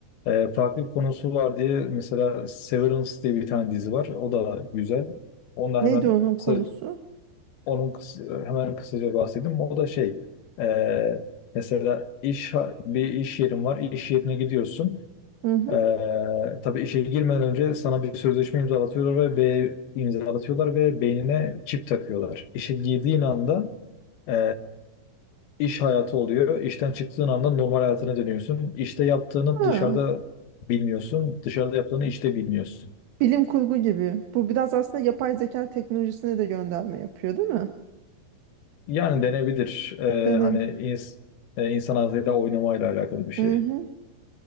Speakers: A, on the left (about 75°); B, on the right (about 75°).
A: Ee, farklı bir konusu var diye mesela Severance diye bir tane dizi var. O da güzel. Onunla
B: Neydi
A: hemen
B: onun konusu?
A: kısa, onun kısa- hemen kısaca bahsedeyim. O da şey e, mesela iş bir iş yerin var. İş yerine gidiyorsun.
B: Hı hı.
A: Ee, tabii işe girmeden önce sana bir sözleşme imzalatıyorlar ve B imzalatıyorlar ve beynine çip takıyorlar. İşe girdiğin anda ee, iş hayatı oluyor. İşten çıktığın anda normal hayatına dönüyorsun. İşte yaptığını
B: Ha.
A: dışarıda bilmiyorsun. Dışarıda yaptığını işte bilmiyorsun.
B: Bilim kurgu gibi. Bu biraz aslında yapay zeka teknolojisine de gönderme yapıyor, değil mi?
A: Yani denebilir. Ee,
B: Dene.
A: hani ins- e, insan ağzıyla oynamayla alakalı bir şey.
B: Hı hı.